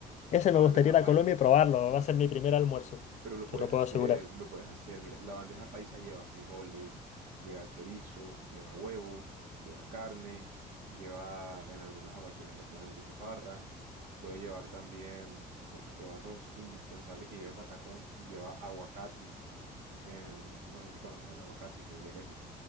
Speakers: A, on the left (about 45°); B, on the right (about 80°).
A: Ese
B: La
A: me gustaría
B: bandeja
A: ir a
B: paisa.
A: Colombia y probarlo, va a ser mi primer almuerzo,
B: Pero lo
A: te
B: puedes
A: lo puedo
B: hacer,
A: asegurar.
B: lo puedes hacer. Mira, la bandeja paisa lleva frijoles, lleva chorizo, lleva huevo, lleva carne, lleva, en algunas ocasiones le ponen butifarra. Puede llevar también un poquito de arroz. Indispensable que lleve patacón, lleva aguacate. em, no sé si conoces el aguacate, creería que sí.